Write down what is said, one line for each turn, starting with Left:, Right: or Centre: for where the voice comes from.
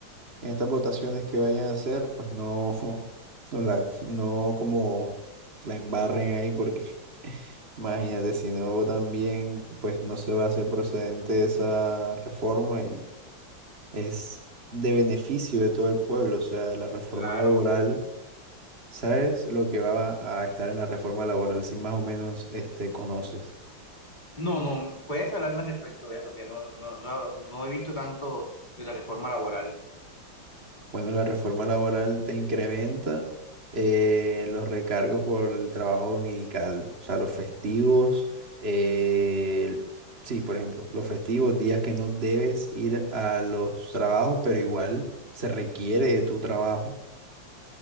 Right: estas votaciones que vayan a hacer, pues no, <laughs> no, la, no como la embarren ahí, porque <laughs> imagínate, si no votan bien, pues no se va a hacer procedente esa reforma y es de beneficio de todo el pueblo. O sea, la reforma
Left: Claro.
Right: laboral, ¿sabes lo que va a estar en la reforma laboral? Si más o menos este, conoces.
Left: No, no, puedes hablarme respecto de eso, que no, no, no, no he visto tanto de la reforma laboral.
Right: Bueno, la reforma laboral te incrementa eh, los recargos por el trabajo dominical, o sea, los festivos, eh, sí, por ejemplo, los festivos, días que no debes ir a los trabajos, pero igual se requiere de tu trabajo.